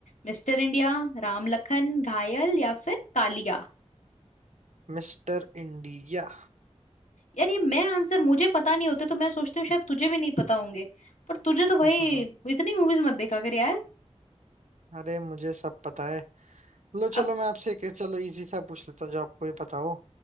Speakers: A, on the left; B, on the right.
A: मिस्टर इंडिया राम लखन घायल या फिर कालिया
B: Mister India
A: यार ये मैं आंसर मुझे पता नहीं होते तो मैं सोचती हूँ शायद तुझे भी नहीं पता होंगे पर तुझे तो भाई
B: <laughs>
A: इतनी मूवीज मत देखा कर यार
B: अरे मुझे सब पता है लो
A: अब
B: चलो मैं आपसे एक चलो इजी सा पूछ लेता हूँ जो आपको भी पता हो